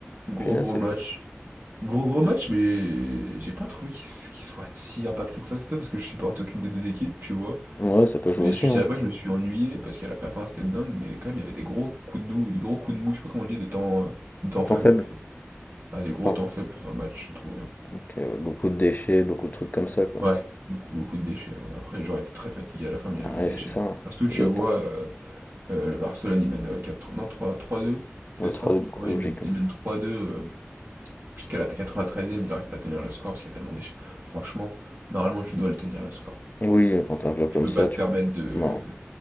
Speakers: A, on the right; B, on the left.
A: Gros
B: Punaise,
A: gros
B: c'est
A: match.
B: fou.
A: Gros gros match, mais j'ai pas trouvé qu'il s- qu'il soit si impactant que ça. C'est peut-être parce que je supportais aucune des deux équipes, tu vois.
B: Ouais, ça peut jouer
A: Mais
B: aussi,
A: je dirais
B: hein.
A: pas que je me suis ennuyé parce qu'à la fin c'était dingue, mais quand même il y avait des gros coups de doux, des gros coups de mou, je sais pas comment on dit, des temps, euh, des temps
B: Le temps
A: faibles
B: faible.
A: plutôt. Ah, des gros
B: Temps.
A: temps faibles pendant le match, j'ai trouvé. hein.
B: Donc, euh, beaucoup de déchets, beaucoup de trucs comme ça, quoi.
A: Ouais, beaucoup beaucoup de déchets. hein. Après les joueurs étaient très fatigués à la fin, mais il
B: Ah
A: y avait du
B: ouais,
A: déchet.
B: c'est ça. hein.
A: Parce que
B: Ça
A: tu
B: doit
A: vois,
B: être un-
A: euh, Euh, le Barcelone, il mène euh, 4, non, 3 3-2, c'est
B: Ouais, trois
A: ça?
B: 2 du coup,
A: Ouais,
B: logiquement.
A: il mène, il mène trois-deux euh, jusqu'à la 93 treizième ils n'arrivent pas à tenir le score parce qu'il y a tellement d'échecs. Franchement, normalement, tu dois le tenir le score.
B: Oui, quand t'as un club
A: Tu
B: comme
A: peux
B: ça,
A: pas te
B: tu...
A: permettre de,
B: Non.